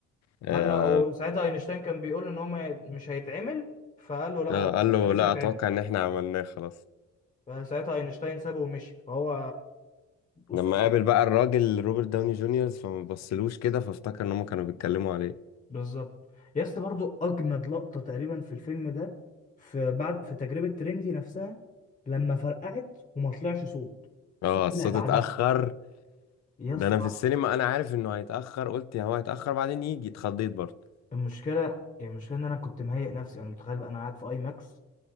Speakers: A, on the left (about 60°); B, on the left (about 25°).
A: آه،
B: قال له وساعتها اينشتاين كان بيقول ان هو ما- مش هيتعمل فقال له لا
A: آه،
B: انا
A: قال له
B: خليته
A: لا
B: يتعمل
A: اتوقع ان احنا عملناه خلاص
B: فساعتها اينشتاين سابه ومشي فهو اسطوري
A: لما قابل بقى الراجل روبرت داوني جونيور فما بصلوش كده فافتكر ان هم كانوا بيتكلموا عليه
B: بالظبط يا اسطى برضو اجمد لقطة تقريبا في الفيلم ده في بعد في تجربة تريندي نفسها لما فرقعت وما طلعش صوت الصوت
A: اه الصوت
B: طلع بعدها
A: اتاخر
B: يس
A: ده انا في السينما انا عارف انه هيتاخر قلت يا هو هيتاخر بعدين يجي اتخضيت برضه
B: المشكله يعني المشكله ان انا كنت مهيئ نفسي انا متخيل بقى انا قاعد في اي ماكس